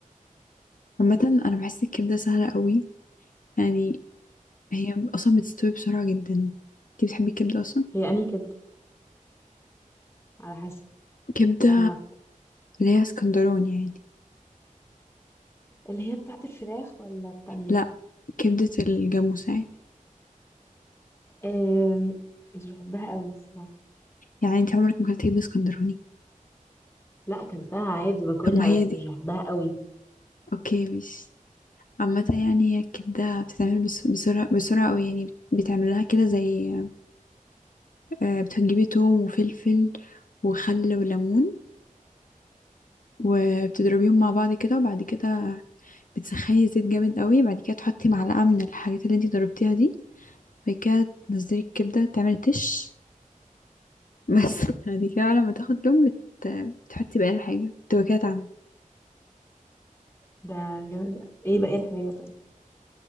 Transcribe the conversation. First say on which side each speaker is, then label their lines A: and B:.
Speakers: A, on the left (about 70°); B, on the left (about 20°).
A: عامة انا بحس الكبدة سهلة قوي يعني هي اصلا بتستوي بسرعه جدا انتي بتحبي الكبده اصلا
B: هي انهي كبده على حسب
A: كبده
B: يعني واحده
A: اللي هي اسكندراني عادي
B: اللي هي بتاعت الفراخ ولا التانية
A: لا كبده الجاموس عادي
B: أم، مش بحبها قوي الصراحة
A: يعني انت عمرك ما اكلتي كبده اسكندراني
B: لا اكلتها عادي باكلها
A: طب ما هي
B: بس
A: دي
B: مش بحبها قوي
A: اوكي مش عامه يعني هي الكبده بتتعمل بس- بسرعه بسرعه قوي يعني بتعمل لها كده زي آه، بتجيبي توم وفلفل وخل وليمون وبتضربيهم مع بعض كده وبعد كده بتسخني زيت جامد قوي بعد كده تحطي معلقه من الحاجات اللي انتي ضربتيها دي بعد كده تنزلي الكبدة تعملي تش بس <laughs> بعد كده لما تاخد لون بت... بتحطي بقى الحاجة تبقى كده اتعملت
B: ده جامد ايه بقى الحاجة طيب